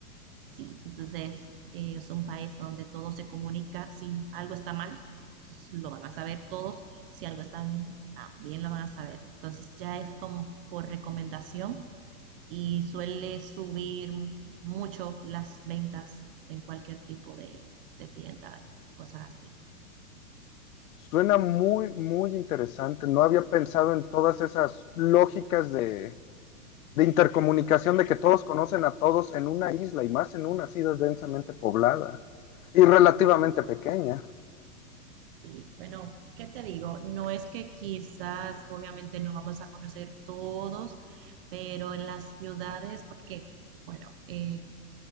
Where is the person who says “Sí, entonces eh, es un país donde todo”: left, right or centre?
Right